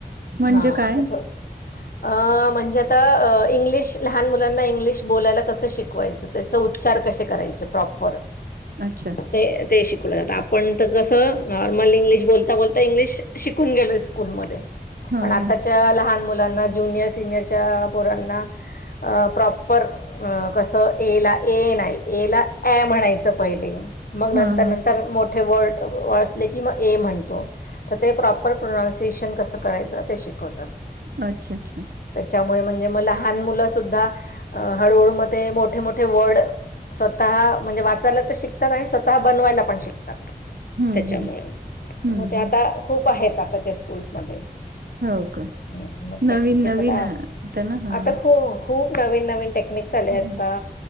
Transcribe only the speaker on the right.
म्हणजे
काय
अच्छा.
हां,
हां.
हां,
हां.
अच्छा अच्छा.
हं,
हं. हं,
हं.
हो का.
नवीन-नवीन
आ होतं ना. हां.
हं.